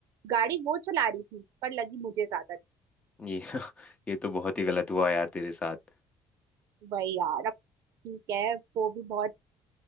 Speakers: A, on the right (about 75°); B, on the left (about 20°).
A: गाड़ी वो चला रही थी पर लगी मुझे ज्यादा
B: ये <laughs> ये तो बहुत ही गलत हुआ यार तेरे साथ
A: भाई यार अब ठीक है वो भी बहुत